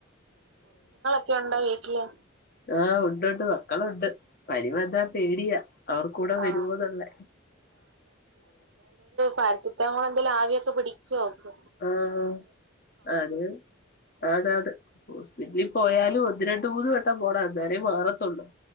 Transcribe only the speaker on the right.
ക്കെയുണ്ടാേ വീട്ടില്
ആ
പാരസെറ്റാമോൾ എന്തെലും ആവിയൊക്കെ പിടിച്ചോക്ക്